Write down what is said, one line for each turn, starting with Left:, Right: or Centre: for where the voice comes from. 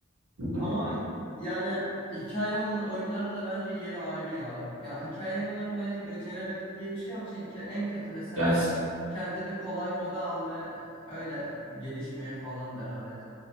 Right: hı hı.
Left: Ama yani hikaye oyun- oyunların da bence yeri ayrı ya. Ya hikaye oyunlarını bence beceremedim diye bir şey yok çünkü en kötü mesela
Right: Yani,
Left: kendini kolay moda al ve öyle gelişmeye falan devam et.